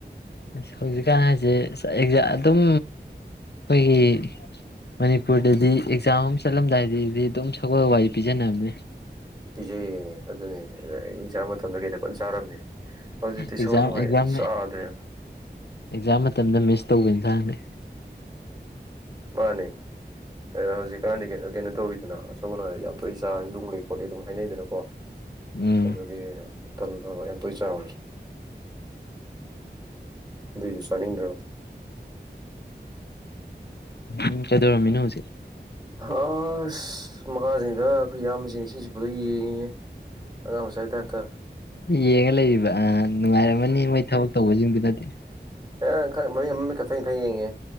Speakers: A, on the left; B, on the right.
A: ꯑꯁ ꯍꯧꯖꯤꯛꯀꯥꯟ ꯍꯥꯏꯁꯦ ꯑꯗꯨꯝ ꯑꯩꯈꯣꯏꯒꯤ ꯃꯅꯤꯄꯨꯔꯗꯗꯤ ꯑꯦꯛꯖꯥꯝ ꯑꯃ ꯆꯠꯂꯝꯗꯥꯏꯗꯗꯤ ꯑꯗꯨꯝ ꯁꯒꯣꯜ ꯍꯋꯥꯏ ꯄꯤꯖꯅꯕꯅꯦ
B: ꯄꯤꯖꯩꯌꯦ ꯑꯗꯨꯅꯦ ꯑꯦꯛꯖꯥꯝ ꯃꯇꯝꯗ ꯀꯩꯗ ꯐ ꯆꯥꯔꯝꯃꯦ ꯍꯧꯖꯤꯛꯇꯤ
A: ꯑꯦꯛꯖꯥꯝ
B: ꯁꯒꯣꯜ ꯍꯋꯥꯏ
A: ꯑꯦꯛꯖꯥꯝ
B: ꯆꯥꯗ꯭ꯔꯦ
A: ꯑꯦꯛꯖꯥꯝ ꯃꯇꯝꯗ ꯃꯤꯁ ꯇꯧꯕ ꯏꯟꯖꯥꯡꯅꯦ
B: ꯃꯥꯅꯦ ꯍꯧꯖꯤꯛꯀꯥꯟꯗꯤ ꯀꯩꯅꯣ ꯇꯧꯋꯤꯗꯅ ꯁꯒꯣꯜ ꯍꯋꯥꯏꯖꯦ ꯌꯥꯝ ꯇꯣꯏꯅ ꯆꯥ ꯅꯨꯡ ꯂꯩ ꯈꯣꯠꯂꯤ ꯑꯗꯨꯝ ꯍꯥꯏꯅꯩꯗꯅꯀꯣ
A: ꯎꯝ
B: ꯑꯗꯨꯒꯤ ꯇꯜꯂꯕ ꯌꯥꯝ ꯇꯣꯏ ꯆꯥꯎꯔꯦ ꯑꯗꯨꯏꯁꯨ ꯆꯥꯅꯤꯡꯗ꯭ꯔꯕ
A: ꯎꯝ ꯀꯩꯗꯧꯔꯝꯃꯤꯅꯣ ꯍꯧꯖꯤꯛ
B: ꯑꯁ ꯃꯈꯥꯁꯤꯡꯗ ꯑꯩꯈꯣꯏ ꯏꯌꯥꯝꯕꯁꯤꯡ ꯏꯁꯤꯡ ꯁꯤꯠꯄꯗꯣ ꯌꯦꯡꯉꯤꯌꯦ ꯑꯉꯥꯡ ꯃꯆꯥꯏ ꯇꯥꯏꯞꯇ
A: ꯌꯦꯡꯉ ꯂꯩꯔꯤꯕ ꯅꯨꯡꯉꯥꯏꯔꯝꯃꯅꯤ ꯃꯣꯏ ꯊꯕꯛ ꯇꯧꯕꯖꯤꯡꯗꯨꯅꯗꯤ
B: ꯑ ꯃꯃꯤ ꯃꯃꯤ ꯈ ꯐꯩꯅ ꯐꯩꯅ ꯌꯦꯡꯉꯦ